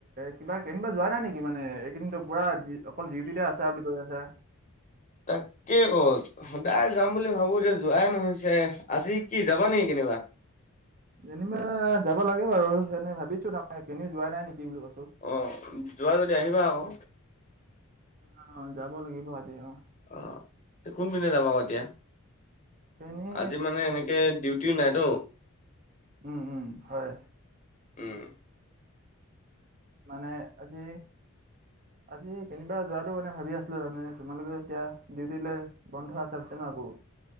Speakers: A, on the right; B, on the left.
A: কিবা কেনিবা যোৱা নাই নেকি মানে এইকেইদিনো পুৰা? অকল ডিউটিতে আছা বুলি কৈ আছা।
B: তাকে ক সদায় যাম বুলি ভাবো দে যোৱাই নহৈছে। আজি কি যাবা নেকি কেনিবা?
A: কেনিবা যাব লাগে বাৰু, সেনে ভাবিছো তাৰমানে কেনেও যোৱা নাই নেকি বুলি কৈছো।
B: অ, যোৱা যদি আহিবা আকৌ।
A: অ, যাব লাগিব আজি অ।
B: অঁ, কোনপিনে যাব আ এতিয়া?
A: ট্ৰেইনে
B: আজি মানে এনেকে ডিউ- টিও নাইটো।
A: উম-উম হয়।
B: উম।
A: মানে আজি। আজি কেনিবা যোৱাতটো মানে ভাবি আছিলো তাৰমানে। তোমালোকে এতিয়া ডিউটিলে- বন্ধ আছে আছে বুইছে ন আকৌ।